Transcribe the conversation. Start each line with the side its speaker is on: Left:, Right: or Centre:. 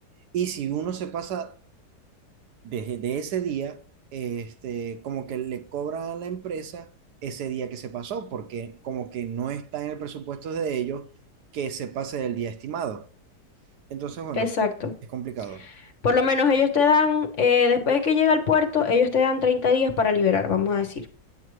Right: Y si uno se pasa desde de ese día, este, como que le cobra a la empresa ese día que se pasó, porque como que no está en el presupuesto de ellos que se pase del día estimado. Entonces, bueno,
Left: Exacto.
Right: es como- es complicado.
Left: Por lo menos ellos te dan, eh, después de que llega al puerto, ellos te dan 30 días para liberar, vamos a decir.